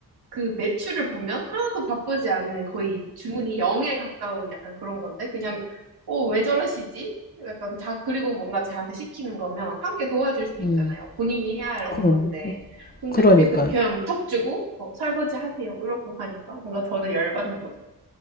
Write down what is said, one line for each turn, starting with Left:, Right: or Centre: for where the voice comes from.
Right: 그 매출을 보면 하나도 바쁘지 않은 거의 주문이 0에 가까운 약간 그런 건데, 그냥, 어, 왜 저러시지? 약간 자, 그리고 뭔가 저한테 시키는 거면 함께 도와줄 수 있잖아요.
Left: 응.
Right: 본인이 해야 할 업무인데.
Left: 그럼,
Right: 근데
Left: 그러니까요.
Right: 이렇게 그냥 턱 주고, 어, 설거지 하세요. 이러고 가니까 뭔가 저는 열받는 거죠.